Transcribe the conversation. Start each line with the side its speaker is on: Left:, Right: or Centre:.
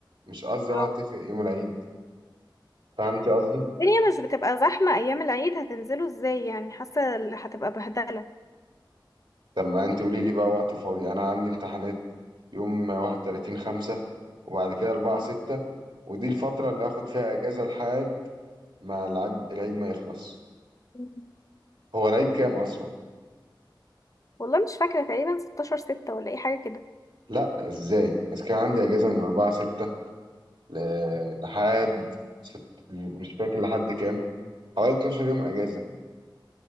Right: مش قصدي
Left: اه
Right: راح اتفق يوم العيد فهمتي قصدي
Left: الدنيا مش بتبقى زحمة أيام العيد هتنزلوا ازاي يعني حاسة ال- هتبقى بهدلة
Right: طب ما انت قولي لي بقى وقت فاضي انا عندي امتحانات يوم 31 5 وبعد كده 4
Left: اه
Right: 6 ودي الفترة اللي هاخد فيها اجازة لحد ما العيد العيد ما يخلص
Left: مم.
Right: هو العيد كام اصلا
Left: والله مش فاكرة تقريبا 16 ستة ولا اي حاجة كده
Right: لا ازاي بس كان عندي اجازة من 4 6 ل... لحد ست... مش فاكر لحد كام حوالي 12 يوم اجازة